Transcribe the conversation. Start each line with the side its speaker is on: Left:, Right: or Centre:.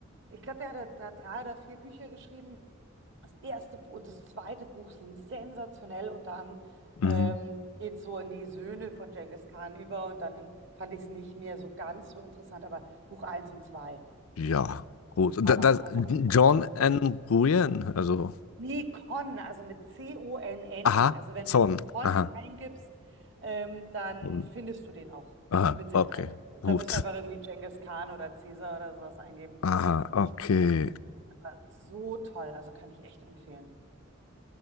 Right: ich glaube, der hat da drei oder vier Bücher geschrieben. Das erste Bu- und das zweite Buch sind sensationell und dann
Left: Mhm.
Right: ähm, geht so in die Söhne von Genghis Khan über und dann in, fand ich es nicht mehr so ganz so interessant, aber Buch eins und 2
Left: Ja, gut. Da,
Right: Hammer,
Left: das,
Right: also
Left: John
Right: habe ich verschlungen.
Left: N. Nguyen. Also.
Right: Nee, Con, also mit C-O-N-N.
Left: Aha.
Right: Also wenn
Left: Son.
Right: du Con
Left: Aha.
Right: eingibst, ähm, dann
Left: Und-
Right: findest du den auch
Left: Aha.
Right: mit Sicherheit.
Left: Okay.
Right: Und
Left: Gut.
Right: da musst du einfach irgendwie Genghis Khan oder Caesar oder sowas eingeben
Left: Aha,
Right: und
Left: okay.
Right: dann findest du den. Aber so toll, also kann ich echt empfehlen.